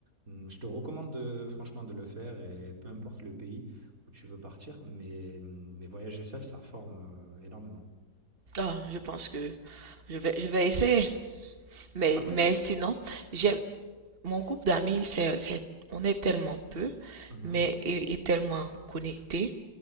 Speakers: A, on the right (about 55°); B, on the right (about 40°).
A: Hum, Je te recommande de- franchement de le faire et peu importe le pays où tu veux partir, mais, mais voyager seul, ça forme euh, énormément.
B: Ah, je pense que je vais, je vais essayer. Mais,
A: Après,
B: mais sinon, j'aime mon groupe d'amis, c'est, c'est- on est tellement peu,
A: Mhm,
B: mais et, et tellement connectés.